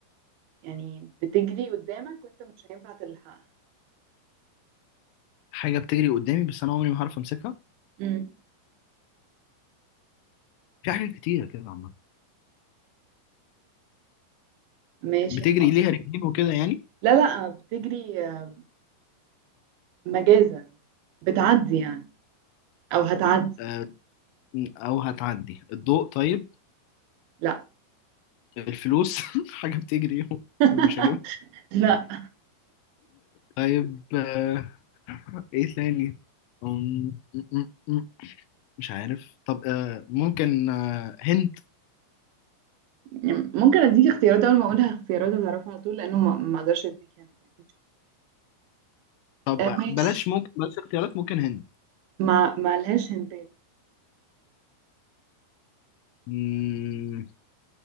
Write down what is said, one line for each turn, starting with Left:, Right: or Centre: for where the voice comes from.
Right: يعني بتجري قدامك وانت مش هينفع تلحقها
Left: حاجة بتجري قدامي بس انا عمري ما هعرف امسكها
Right: امم
Left: في حاجات كتيرة كده عامة
Right: ماشي
Left: بتجري
Right: م-
Left: ليها رجلين وكده يعني
Right: لا لا بتجري آه، مجازا بتعدي يعني او هتعدي
Left: آه، او هتعدي الضوء طيب
Right: لا
Left: الفلوس <laughs> حاجة بتجري و-
Right: <laughs>
Left: ومش هجيبها
Right: لا
Left: طيب آه، ايه تاني أم، م- م- م- مش عارف طب آه، ممكن آه، هنت
Right: يعني ممكن اديك اختيارات اول ما اقولها اختيارات هتعرفها على طول لانه ما ما اقدرش اديك هنت يعني
Left: طب
Right: آه، ماشي
Left: بلاش ممكن بلاش اختيارات ممكن هنت
Right: ما ما لهاش هنتات
Left: مم،